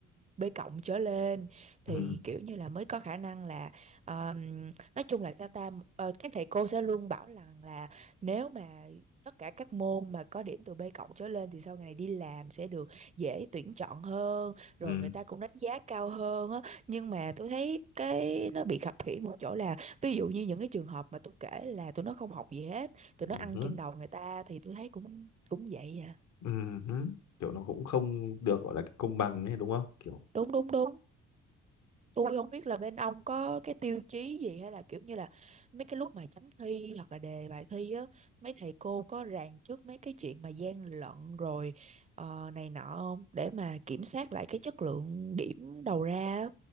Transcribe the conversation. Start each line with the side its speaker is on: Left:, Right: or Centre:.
Right: B cộng trở lên thì
Left: ừ
Right: kiểu như là mới có khả năng là ờm, nói chung là sao ta ờ, các thầy cô sẽ luôn bảo rằng là nếu mà tất cả các môn mà có điểm từ B cộng trở lên thì sau này đi làm sẽ được dễ tuyển chọn hơn rồi
Left: ừ
Right: người ta cũng đánh giá cao hơn á nhưng mà tôi thấy cái nó bị khập khiễng một chỗ là ví dụ như những cái trường hợp mà tôi kể là tụi nó không học gì hết tụi nó
Left: ừ
Right: ăn
Left: hứ,
Right: trên đầu người ta thì tôi thấy cũng cũng vậy à
Left: ừ hứ. kiểu nó cũng không được gọi là công bằng ấy đúng không kiểu
Right: đúng đúng đúng tôi không biết là bên ông có cái tiêu chí gì hay là kiểu như là mấy cái lúc mà chấm thi hoặc là đề bài thi á mấy thầy cô có ràng trước mấy cái chuyện mà gian lận rồi ờ, này nọ không để mà kiểm soát lại cái chất lượng điểm đầu ra á.